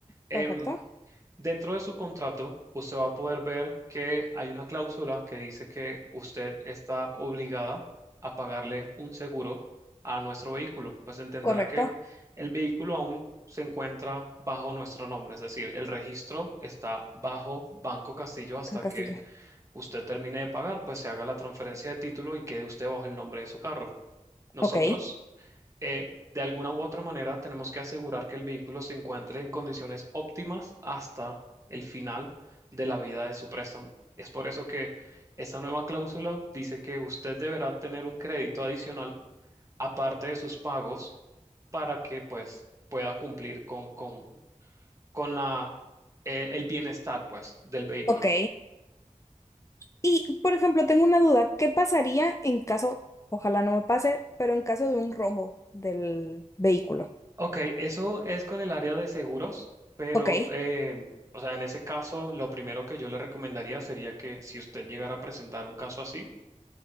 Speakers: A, on the right; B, on the left.
A: Em,
B: perfecto,
A: Dentro de su contrato, usted va a poder ver que hay una cláusula que dice que usted está obligada a pagarle un seguro a nuestro vehículo. Pues entenderá
B: correcto,
A: que el vehículo aún se encuentra bajo nuestro nombre, es decir, el registro está bajo Banco Castillo hasta
B: creo que
A: que
B: sí yo.
A: usted termine de pagar, pues se haga la transferencia de título y quede usted bajo el nombre de su carro. Nosotros,
B: Ok,
A: eh, de alguna u otra manera, tenemos que asegurar que el vehículo se encuentre en condiciones óptimas hasta el final de la vida de su préstamo. Es por eso que esa nueva cláusula dice que usted deberá tener un crédito adicional aparte de sus pagos para que pues pueda cumplir con, con, con la, eh, el bienestar pues del vehículo.
B: ok. Y, por ejemplo, tengo una duda, ¿qué pasaría en caso, ojalá no me pase, pero en caso de un rombo del vehículo?
A: Ok, eso es con el área de seguros, pero,
B: Ok.
A: eh, o sea, en ese caso, lo primero que yo le recomendaría sería que si usted llegara a presentar un caso así,